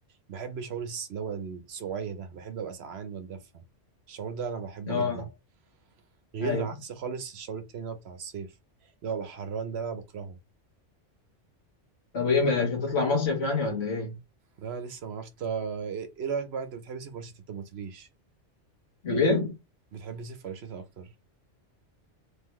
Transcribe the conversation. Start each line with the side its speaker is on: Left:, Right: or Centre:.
Right: بحب شعور الس- اللي هو السقوعيه ده بحب ابقى سقعان واتدفى الشعور ده انا بحبه
Left: اه
Right: جدا غير
Left: ايوه
Right: عكس خالص الشعور التاني اللي هو بتاع الصيف اللي هو ببقى حران ده بقى بكرهه
Left: طب ايه مش هتطلع مصيف يعني ولا ايه؟
Right: لا لسه ما عرفت ايه إيه رايك بقى انت بتحب الصيف ولا الشتاء انت ما قلتليش
Left: ليه؟
Right: بتحب الصيف ولا الشتاء اكتر